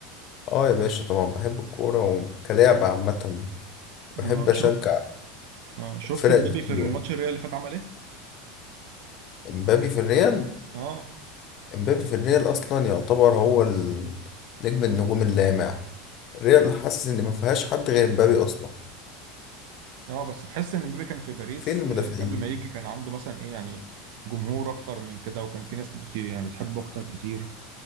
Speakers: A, on the left (about 45°); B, on the right (about 70°).
A: اه يا باشا طبعا بحب الكورة وكلاعب عامة بحب
B: اه
A: اشجع
B: شفت اه شفت
A: الفرق
B: مبابي
A: اللي حلوة
B: في الماتش الريال اللي فات عمل ايه؟
A: امبابي في الريال
B: اه
A: امبابي في الريال اصلا يعتبر هو ال- نجم النجوم اللامع الريال حاسس ان ما فيهاش حد غير امبابي اصلا
B: اه بس تحس ان مبابي كان في باريس
A: فين المدافعين
B: آه، قبل ما يجي كان عنده مثلا ايه يعني جمهور اكتر من كده وكان في ناس بت يعني بتحبه اكتر كتير